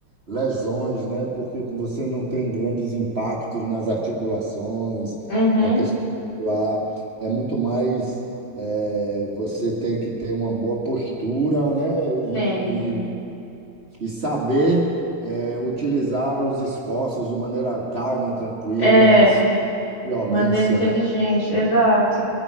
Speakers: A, on the right; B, on the left.
A: lesões, né? Porque você não tem grandes impactos nas articulações,
B: Uhum,
A: na questão lá. É muito mais, eh, você tem que ter uma boa postura, né? E,
B: tem.
A: e, e saber, eh, utilizar os esforços de maneira calma, tranquila,
B: É,
A: sem
B: de
A: violência,
B: maneira inteligente,
A: né?
B: exato.